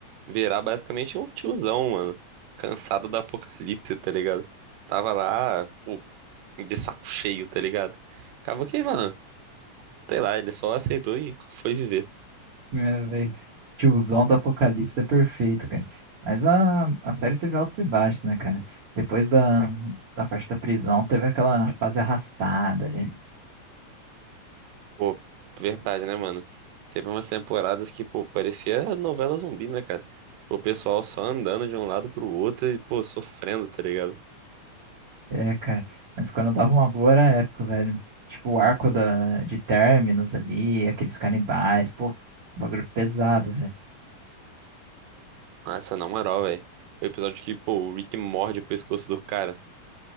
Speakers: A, on the right; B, on the right.
A: virar basicamente um tiozão, mano. Cansado da apocalipse, tá ligado? Tava lá, pô, de saco cheio, tá ligado? Acabou que, mano, sei lá, ele só aceitou e foi viver.
B: É, velho. Tiozão do Apocalipse é perfeito, cara. Mas a, a série teve altos e baixos, né, cara? Depois da, da parte da prisão, teve aquela fase arrastada ali.
A: Pô, verdade, né, mano? Teve umas temporadas que, pô, parecia novela zumbi, né, cara? O pessoal só andando de um lado pro outro e, pô, sofrendo, tá ligado?
B: É, cara. Mas quando dava uma boa era épico, velho. Tipo, o arco da, de Terminus ali, aqueles canibais, pô, bagulho pesado, velho.
A: Nossa, na moral, velho. O episódio que, pô, o Rick morde o pescoço do cara.